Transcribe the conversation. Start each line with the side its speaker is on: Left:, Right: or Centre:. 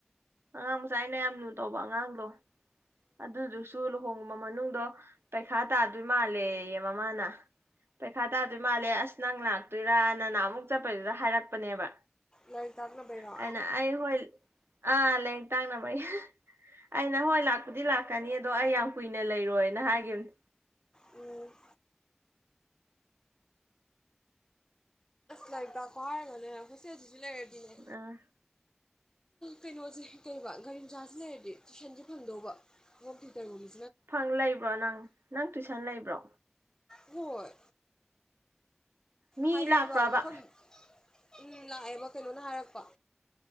Right: ꯑꯉꯥꯡ ꯃꯆꯥ ꯑꯩꯅ ꯌꯥꯝ ꯂꯨ ꯇꯧꯕ ꯑꯉꯥꯡꯗꯣ ꯑꯗꯨꯗꯨꯁꯨ ꯂꯨꯍꯣꯡꯕ ꯃꯅꯨꯡꯗꯣ ꯄꯩꯈꯥ ꯇꯥꯗꯣꯏ ꯃꯥꯜꯂꯦ ꯃꯃꯥꯅ ꯄꯩꯈꯥ ꯇꯥꯗꯣꯏ ꯃꯥꯜꯂꯦ ꯑꯁ ꯅꯪ ꯂꯥꯛꯇꯣꯏꯔꯥꯅ ꯅꯍꯟ ꯑꯃꯨꯛ ꯆꯠꯄꯩꯗꯨꯗ ꯍꯥꯏꯔꯛꯄꯅꯦꯕ
Left: ꯂꯩꯔꯤꯛ ꯇꯥꯛꯅꯕꯩ ꯔꯦ
Right: ꯑꯩꯅ ꯑꯩ ꯍꯣꯏ ꯑꯥ ꯂꯥꯏꯔꯤꯛ ꯇꯥꯛꯅꯕꯒꯤ ꯑꯩꯅ ꯍꯣꯏ ꯂꯥꯏ ꯀꯅꯤ ꯑꯗꯣ ꯑꯩ ꯌꯥꯝ ꯀꯨꯏꯅ ꯂꯩꯔꯣꯏꯅ ꯍꯥꯏꯈꯤꯕꯅꯦ
Left: ꯎꯝ ꯂꯥꯏꯔꯤꯛ ꯇꯥꯛꯄ ꯍꯥꯏꯔꯒꯅꯦ ꯍꯣꯁꯇꯦꯜ ꯂꯩꯔꯗꯤꯅꯦ
Right: ꯑꯥ
Left: ꯀꯩꯅꯣꯁꯦ ꯀꯩꯔꯕ ꯒꯥꯔꯤ ꯃꯆꯥꯁꯤ ꯂꯩꯔꯗꯤ ꯇꯨꯏꯁꯟꯁ ꯐꯪꯗꯧꯕ ꯍꯣꯝ ꯇꯌꯨꯇꯔꯒꯨꯝꯕꯁ
Right: ꯐꯪ ꯂꯩꯕ꯭ꯔꯣ ꯅꯪ ꯅꯪ ꯇꯨꯏꯁ ꯅ ꯂꯩꯕ꯭ꯔꯣ
Left: ꯍꯣꯏ
Right: ꯃꯤ
Left: ꯍꯥꯏꯌꯦꯕ
Right: ꯂꯥꯛꯄ꯭ꯔꯕ
Left: ꯃꯐꯝꯐꯝ ꯎꯝ ꯂꯥꯛꯑꯦꯕ ꯀꯩꯅꯣꯅ ꯍꯥꯏꯔꯛꯄ